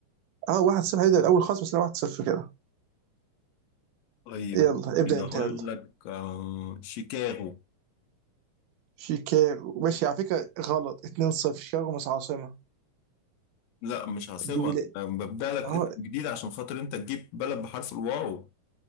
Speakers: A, on the right (about 80°); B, on the left (about 90°).
A: اه 1-0 هيبدا الاول خالص بس انا 1-0 كده
B: طيب
A: يلا ابدا
B: كده
A: انت
B: اقول
A: يلا
B: لك آه، شيكاغو
A: شيكاغو ماشي على فكره غلط 2-0 شيكاغو مش عاصمه
B: لا مش عاصمه
A: دي ولا
B: آه، ببدا لك اسم
A: اه
B: جديد عشان خاطر انت تجيب بلد بحرف الواو